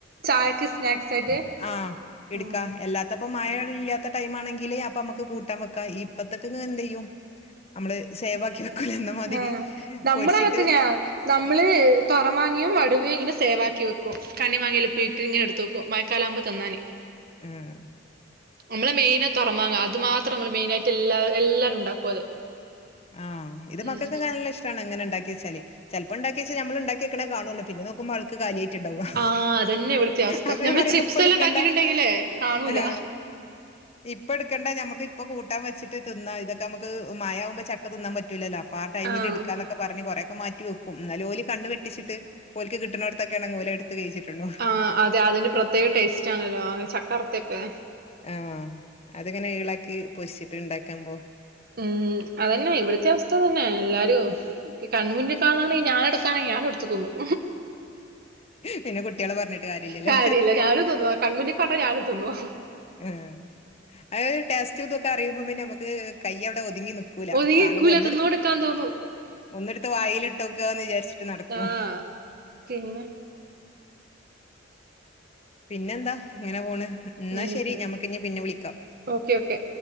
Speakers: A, on the right (about 55°); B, on the left (about 35°).
A: ചായക്ക് സ്നാക്സ് ആയിട്ട്
B: ആഹ് എടുക്കാ
A: ഉം
B: എല്ലാത്തപ്പ മഴ ഇല്ലാത്ത ടൈം ആണെങ്കില് അപ്പൊ നമ്മുക്ക് കൂട്ടാൻ വക്കാം ഈ ഇപ്പത്ത് എന്ത് ചെയ്യും നമ്മള് സേവാക്കി വെക്കൂലെ എന്ന മാതിരി
A: ആഹ് നമ്മളും
B: പൊരിച്ചിട്ട്
A: അങ്ങനെതന്നേയാണ് നമ്മള് തുറമാങ്ങയും വടുവയും ഇങ്ങനെ സേവാക്കി വെക്കും കണി മാങ്ങ ഉപ്പിലിട്ട് ഇങ്ങനെ എടുത്ത് വെക്കും മഴക്കാലാവുമ്പോ തിന്നാന്
B: ആഹ്
A: നമ്മളള് മെയിന് തുറമാങ്ങ അത് മാത്രം നമ്മള് മെയിനായിട്ട് എല്ലാ എല്ലാരും ഉണ്ടാക്കും അത്
B: ആഹ് ഇത്
A: ഉം
B: മക്കക്കൊക്കെ നല്ല ഇഷ് ട്ടാണ് ഇങ്ങനെ ഉണ്ടാക്കി വെച്ചാലെ ചിലപ്പോ ഉണ്ടാക്കിച്ചാ നമ്മൾ ഉണ്ടാക്കിക്കണ കാണോള്ളൂ പിന്നെ നോക്കുമ്പോ അൾക്ക് കാലിയായിട്ടുണ്ടാവും
A: ആഹ് അതന്നെ ഇവിടുത്തെ അവസ്ഥ
B: അപ്പൊ ഞാൻ
A: നമ്മള്
B: പറയും
A: ചിപ്സ്
B: ഇത് ഇപ്പൊ ഇടുക്കണ്ട
A: എല്ലാം ഉണ്ടാക്കിട്ടുണ്ടെങ്കിലേ കാണൂല
B: ആഹ് <inaudible> ഇപ്പൊ എടുക്കണ്ടാ നമുക്ക് ഇപ്പൊ കൂട്ടാ വെച്ചിട്ട് തിന്നാം ഇതൊക്കെ നമുക്ക് മഴ ആകുമ്പോൾ ചക്ക തിന്നാൻ പറ്റൂല്ലല്ലോ അപ്പാ ടൈമിൽ
A: ആഹ്
B: എടുക്കാന അങ്ങനൊക്കെ പറഞ്ഞ് കുറേ ഒക്കെ മാറ്റി വെക്കും ന്നാൽ ഓൽ കണ്ണ് വെട്ടിച്ചിട്ട് ഓൽക്ക് കിട്ട്നൊട്ത്തൊക്കെണെങ്കിൽ ഓൽ എടുത്ത് കഴിച്ചിട്ടുണ്ടാവും
A: ആഹ് അതെ അതിന് പ്രത്യേക ടേസ്റ്റ് ആണല്ലോ അങ്ങനെ ചക്ക വറത്തെ ഒക്കെ
B: ആഹ് അതിങ്ങനെ ഇളക്കി പൊരിച്ചിട്ടുണ്ടാക്കുമ്പോ
A: ഉം അതന്നെ ഇവിടത്തെ അവസ്ഥ അതന്നെ എല്ലാരും ഈ കൺമുന്നിൽ കാണാണെങ്കിൽ ഞാന് എടുക്കാണങ്കിൽ ഞാൻ എടുത്ത് തിന്നും
B: പിന്നെ കുട്ടികളെ പറഞ്ഞിട്ട് കാര്യല്ലല്ലോ
A: കാര്യല്ല ഞാനും തിന്നും കൺമുന്നി കണ്ട ഞാനും തിന്നും
B: ഏ അത് ടേസ്റ്റ് ഇതൊക്കെ അറിയുമ്പം പിന്നെ നമ്മക്ക് കൈ അവ്ടെ ഒതുങ്ങി നി ക്കൂല
A: ഒതുങ്ങിക്കൂല
B: കാണുമ്പോ ഒന്ന്
A: തിന്നോടുക്കാൻ
B: ഇട്
A: തോന്നും
B: ഒന്ന് ഇട്ത്ത് വായിലിട്ടോക്കാന്ന് വിചാര്ച്ചിട്ട് നടക്കും
A: ആഹ് പിന്നെ
B: പിന്നെ എന്താ ഇങ്ങനെ പോണ് ന്നാ
A: ഉം
B: ശരി ഞമ്മക്കിഞ്ഞി പിന്നെ വിളിക്കാം
A: ഓക്കെ ഓക്കെ